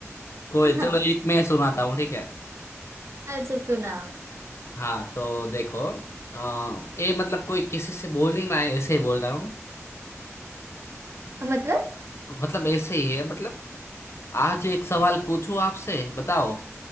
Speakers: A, on the left (about 60°); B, on the right (about 60°).
A: कोई
B: हाँ
A: चलो एक मैं सुनाता हूँ ठीक है
B: अच्छा सुनाओ
A: हाँ तो देखो अ, ये मतलब कोई किसी से बोल नहीं रहा है ऐसे ही बोल रहा हूँ
B: मतलब
A: मतलब ऐसे ही है मतलब आज एक सवाल पूछूं आपसे बताओ